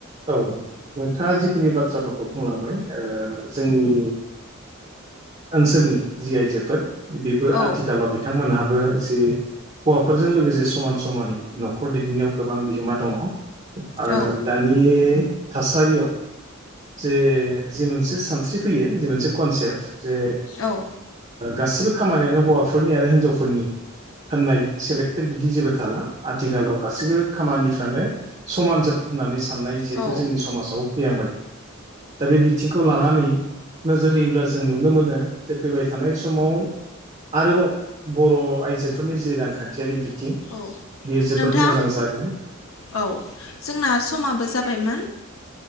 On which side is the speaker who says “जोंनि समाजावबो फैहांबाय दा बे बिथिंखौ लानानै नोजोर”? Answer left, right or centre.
Right